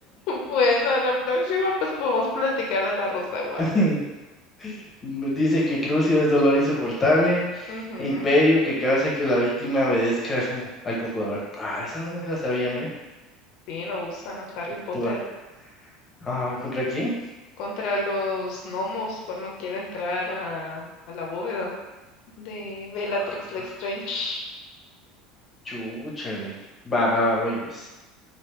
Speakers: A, on the left (about 60°); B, on the left (about 25°).
A: Bueno, la próxima pues podemos platicar de la Rosa de Guadalupe.
B: <laughs> Dice que Crucio es dolor insoportable,
A: Ujú.
B: e Imperio que causa que la víctima obedezca al, con- al conjurador. Ah, esa no me la sabía, mira.
A: Sí, lo usa Harry Potter
B: Te va. Ah, ¿contra quién?
A: contra los gnomos cuando quiere entrar a, a la bóveda de Bellatrix
B: Ah,
A: Lestrange,
B: chúchale. Va, va, va, voy pues.